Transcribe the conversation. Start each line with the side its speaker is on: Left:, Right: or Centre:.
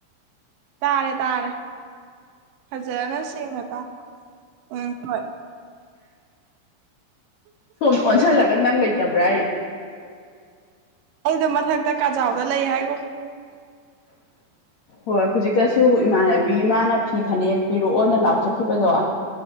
Right: ꯇꯥꯔꯦ ꯇꯥꯔꯦ ꯐꯖꯅ ꯁꯦꯡꯅ ꯇꯥ ꯎꯝ ꯍꯣꯏ
Left: ꯁꯣꯝ ꯑꯣꯟꯁꯤꯜꯂꯒ ꯅꯪ ꯂꯩꯇꯕ꯭ꯔꯥꯌꯦ
Right: ꯑꯩꯗꯣ ꯃꯊꯛꯇ ꯀꯥꯖꯥꯎꯗ ꯂꯩ ꯍꯥꯏꯒꯣ
Left: ꯍꯣꯏ ꯍꯧꯖꯤꯛꯇꯁꯨ ꯏꯃꯥꯟꯅꯕꯤ ꯏꯃꯥꯅ ꯐꯤ ꯐꯅꯦꯛ ꯄꯤꯔꯛꯑꯣꯅ ꯂꯥꯎꯊꯠꯈꯤꯕꯗꯣ